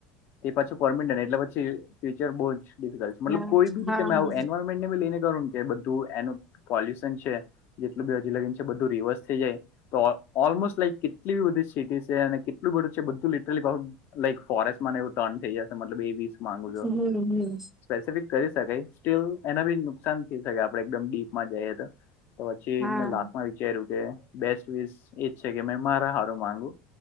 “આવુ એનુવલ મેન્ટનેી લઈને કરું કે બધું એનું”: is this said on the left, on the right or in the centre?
Left